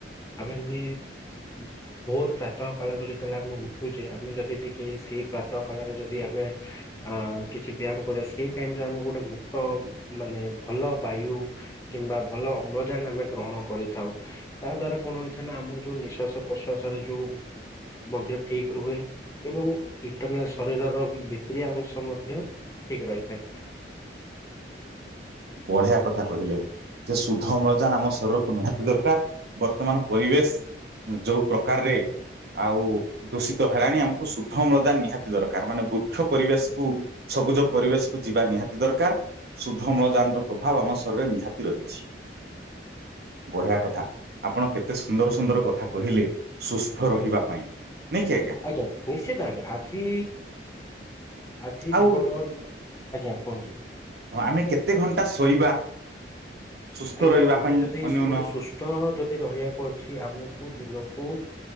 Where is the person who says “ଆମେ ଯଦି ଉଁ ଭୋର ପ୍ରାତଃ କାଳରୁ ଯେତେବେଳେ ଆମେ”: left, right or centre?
Left